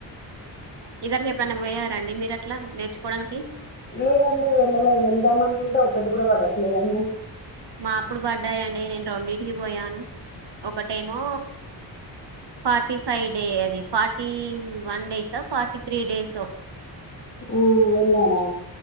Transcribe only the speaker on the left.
లేదండి వెళ్ళలే వెళ్దాం అనుకుంటే ఒక్కటి కూడ పడట్లేదండి
ఆ వెళ్ళారా